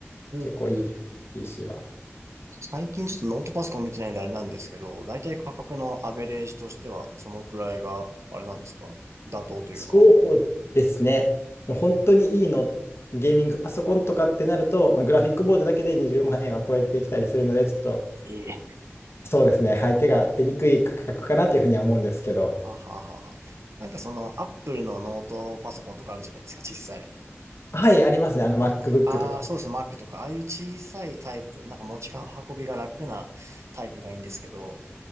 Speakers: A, on the right; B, on the left.
A: ほうほう
B: 結構いい PC は。
A: 最近ちょっとノートパソコン見てないんであれなんですけど、だいたい価格のアベレージとしては、そのくらいが、あれなんですか妥当というか。
B: そうですね。もう本当にいいの、ゲーミングパソコンとかってなると、まあ、グラフィックボードだけで20万円は超えてきたりするので、ちょっと
A: ええ。
B: そうですね、はい、手が出にくい価格かなというふうには思うんですけど、
A: はあはあはあはあ。なんかその、アップルのノートパソコンとかあるじゃないですか、小さい。
B: はい、ありますね、あの MacBook
A: なんか、ああ、
B: とか。
A: そうですね、Mac とか、ああいう小さいタイプ、なんか持ち運びが楽なタイプがいいんですけど、